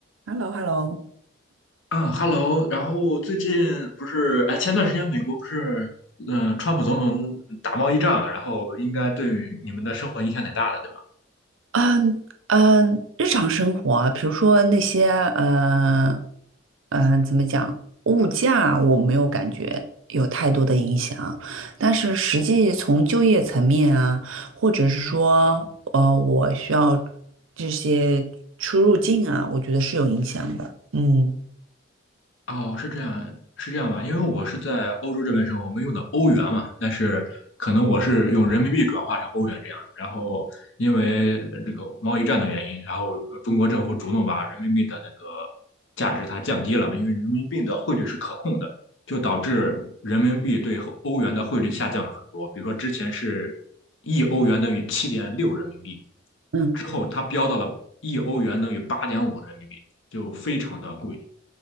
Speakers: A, on the right; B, on the left.
A: Hello，Hello，
B: 嗯，Hello，然后最近不是，哎，前段时间美国不是，嗯、川普总统打贸易战嘛，然后应该对你们的生活影响挺大的，对吧？
A: 嗯嗯，日常生活啊，比如说那些呃嗯，呃怎么讲，物价我没有感觉有太多的影响，但是实际从就业层面啊，或者是说呃，我需要这些出入境啊，我觉得是有影响的。嗯
B: 哦，是这样，是这样吧？因为我是在欧洲这边生活，我们用的欧元嘛，但是可能我是用人民币转化成欧元这样的然后因为呃这个贸易战的原因，然后中国政府主动把人民币的那个价值它降低了嘛，因为人民币的汇率是可控的，就导致人民币对欧元的汇率下降了很多。比如说之前是一欧元等于七点六人民币，
A: 嗯，
B: 之后它飙到了一欧元等于八点五人民币，就非常的贵。